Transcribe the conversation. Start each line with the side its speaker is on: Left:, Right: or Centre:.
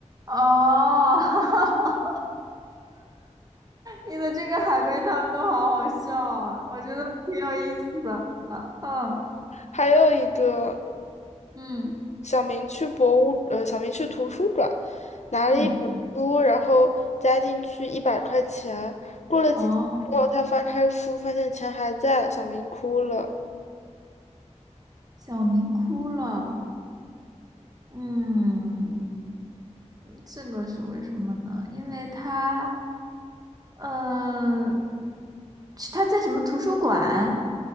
Right: 哦，<laughs> 你的这个海龟汤都好好笑啊，我觉得挺有意思的。嗯
Left: 还有一个。
Right: 嗯。
Left: 小明去博物，呃，小明去图书馆，拿了一本书，
Right: 嗯，
Left: 然后加进去一百块钱。过了几天之后，
Right: 哦，
Left: 他翻开书，发现钱还在，小明哭了。
Right: 小明哭了。嗯，这个是为什么呢？因为他，呃，是他在什么图书馆？